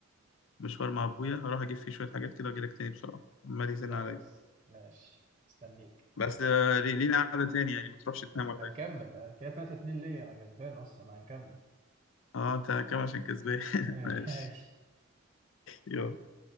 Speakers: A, on the left; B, on the right.
A: المشوار مع ابويا هروح اجيب فيه شوية حاجات كده واجي لك تاني بسرعة عمال يزن
B: خلاص
A: عليا
B: ماشي مستنيك
A: بس آه، لي- لينا قعدة تاني يعني ما تروحش تنام ولا
B: هنكمل
A: حاجة
B: كده 3 2 ليا انا كسبان اصلا هنكمل
A: اه انت كام عشان كسبان <laughs>
B: <laughs> ماشي
A: ماشي يلا